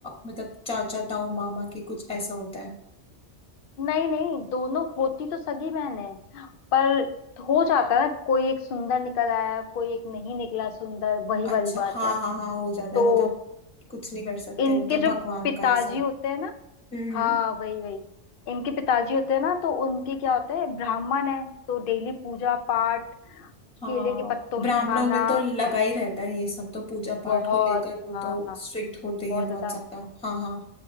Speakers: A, in the centre; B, on the left.
A: मतलब चाचा ताऊ मामा की कुछ ऐसा होता है
B: नहीं नहीं दोनों होती तो सगी बहन है पर हो जाता है ना कोई एक सुंदर निकल आया कोई एक नहीं निकला सुंदर वही वाली
A: अच्छा
B: बात
A: हाँ
B: है
A: हाँ हाँ हो जाता
B: तो
A: है वो तो कुछ नहीं कर सकते
B: इनके
A: वो तो
B: जो
A: भगवान
B: पिताजी
A: का है सब
B: होते हैं ना
A: हम्म
B: हाँ
A: हम्म
B: वही वही इनके पिताजी होते हैं ना तो उनके क्या होते हैं ब्राह्मण है तो डेली पूजा पाठ
A: हाँ
B: केले के पत्तों में
A: ब्राह्मणों
B: खाना
A: में तो लगा ही रहता है ये सब तो पूजा पाठ
B: बहुत
A: को लेकर वो
B: हाँ
A: तो
B: हाँ
A: स्ट्रिक्ट होते ही
B: बहुत
A: हैं बहुत
B: ज्यादा
A: ज्यादा हाँ हाँ